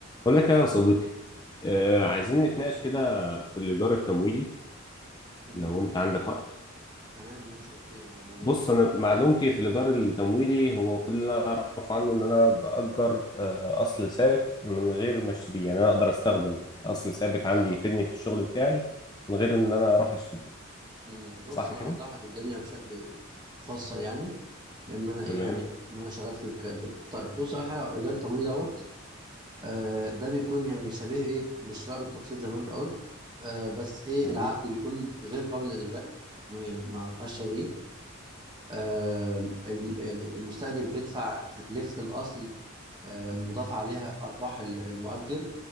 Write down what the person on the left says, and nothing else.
بقول لك إيه يا صديقي آه
عايزين نتناقش كده في الإيجار التمويلي
لو أنت عندك وقت
بص أنا معلومتي في الإيجار التمويلي هو كل اللي أنا أعرف عنه إن أنا بأجر آه أصل ثابت من غير ما أشتريه يعني أنا أقدر أستخدم أصل ثابت عندي
يفيدني
في الشغل بتاعي من غير إن أنا أروح أشتريه
صح
كده؟
تمام
تمام